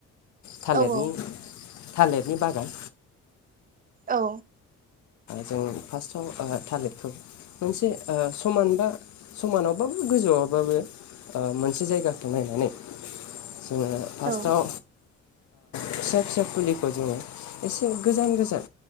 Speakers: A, on the left; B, on the right.
A: थालिरनि
B: औ
A: थालिरनि बागान
B: औ
A: जों फार्सटाव थालिरखौ मोनसे ओ समान बा समानावबाबो गोजौआवबाबो मोनसे जायगाखौ नायनानै जोङो फास्टआव
B: औ
A: फिसा फिसा फुलिखौ जोङो एसे गोजान गोजान